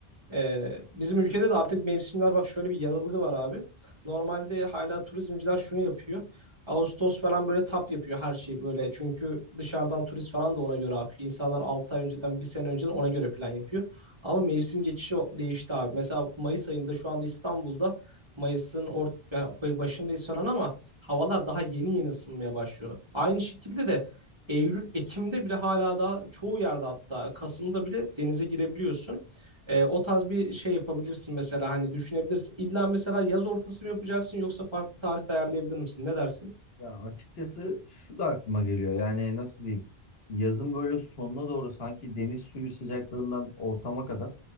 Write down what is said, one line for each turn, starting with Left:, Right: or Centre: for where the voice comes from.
Right: Ee, bizim ülkede de artık mevsimler bak şöyle bir yanılgı var abi. Normalde hala turizmciler şunu yapıyor. Ağustos falan böyle tap yapıyor her şeyi böyle. Çünkü dışarıdan turist falan da ona göre akıyor. İnsanlar 6 ay önceden, bir sene önceden ona göre plan yapıyor. Ama mevsim geçişi o- değişti abi. Mesela Mayıs ayında şu anda İstanbul'da Mayıs'ın or ya, başındayız falan ama havalar daha yeni yeni ısınmaya başlıyor. Aynı şekilde de Eylül, Ekim'de bile hala daha çoğu yerde hatta Kasım'da bile denize girebiliyorsun. E, o tarz bir şey yapabilirsin mesela hani düşünebilirsin. İlla mesela yaz ortası mı yapacaksın yoksa farklı tarihte ayarlayabilir misin? Ne dersin?
Left: Ya açıkçası şu da aklıma geliyor. Yani nasıl diyeyim? Yazın böyle sonuna doğru sanki deniz suyu sıcaklığından ortama kadar